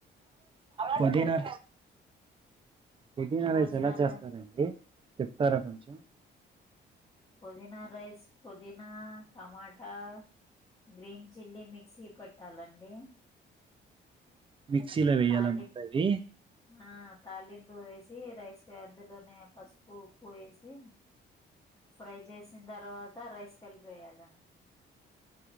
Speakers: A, on the right; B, on the left.
A: పుదీనా పుదీనా
B: భోజనాలు
A: రేస్ ఎలా చేస్తారండి చెప్తారా కొంచెం
B: పుదీనా రైస్ పుదీనా టమాటా గ్రీన్ చిల్లీ మిక్సీ పట్టాలండి
A: మిక్సీలో వేయ్యాల
B: తాళి
A: ముందు అవి
B: ఆ తాలింపు వేసి రైస్ అందులోనే పసు ఉప్పు వేసి ఫ్రై చేసిన తర్వాత రైస్ కలిపి వేయాల